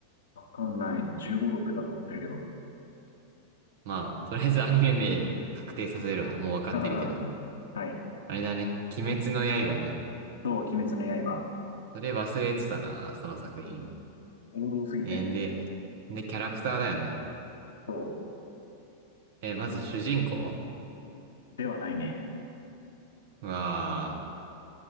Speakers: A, on the left (about 65°); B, on the right (about 50°).
A: わかんない。15、6だと思ってるけど。
B: まあ、とりあえずアニメ名確定させるわ。もうわかってるけど。
A: <laughs> はい。
B: あれだね。鬼滅の刃ね。
A: そう、鬼滅の刃。
B: それ忘れてたな、その作品。
A: うん。王道すぎてね。
B: えー、で、で、キャラクターだよね。
A: そ
B: えーまず主人公
A: う。ではないね。
B: まあ、